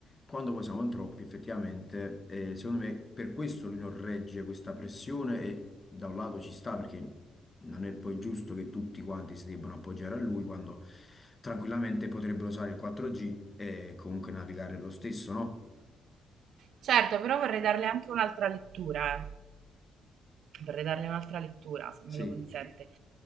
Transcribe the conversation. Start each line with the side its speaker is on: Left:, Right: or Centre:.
Left: Quando poi siamo in troppi, effettivamente, eh, secondo me per questo lui non regge questa pressione e da un lato ci sta perché non è poi giusto che tutti quanti si debbano appoggiare a lui quando tranquillamente potrebbero usare il 4G e comunque navigare lo stesso, no?
Right: Certo, però vorrei darle anche un'altra lettura, eh. vorrei darle un'altra lettura, se
Left: Sì,
Right: me lo consente.